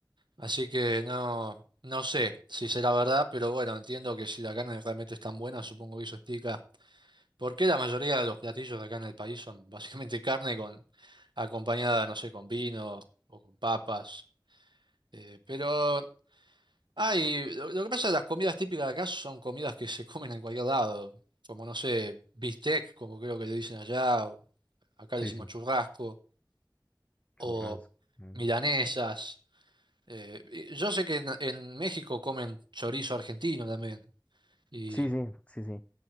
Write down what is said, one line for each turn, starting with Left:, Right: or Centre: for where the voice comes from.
Right: Así que no, no sé si será verdad, pero bueno, entiendo que si la carne realmente es tan buena, supongo que eso explica por qué la mayoría de los platillos de acá en el país son <laughs> básicamente carne con acompañada, no sé, con vino o con papas. Eh, pero Ah, y lo, lo que pasa es que las comidas típicas de acá son comidas que se <laughs> comen en cualquier lado, como no sé, bistec, como creo que le dicen allá, o acá
Left: Sí,
Right: le decimos
Left: sí.
Right: churrasco,
Left: Churrasco.
Right: o
Left: mm.
Right: milanesas. Eh, y yo sé que en, en México comen chorizo argentino también. Y,
Left: Sí, sí, sí, sí.